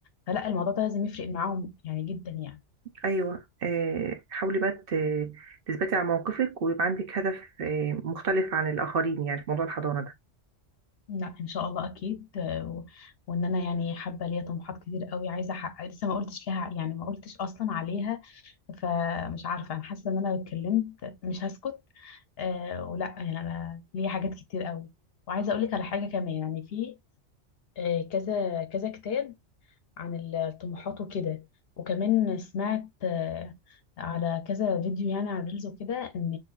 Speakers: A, on the left; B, on the right.
A: فلا الموضوع ده لازم يفرق معاهم يعني جدا يعني
B: ايوه آه حاولي بقى ت- تثبتي على موقفك ويبقى عندك هدف آه مختلف عن الاخرين يعني في موضوع الحضانه ده
A: لا ان شاء الله اكيد آه، و- وان انا يعني حابه ليا طموحات كتير قوي عايزه احقق لسه ما قلتش لها يعني ما قلتش اصلا عليها فمش عارفة أنا حاسة إن أنا لو اتكلمت مش هسكت آه ولا يعني أنا ليا حاجات كتير قوي وعايزة أقولك على حاجة كمان يعني في آه كذا كذا كتاب عن الطموحات وكده وكمان سمعت آه على كذا فيديو يعني على ريلز وكده إن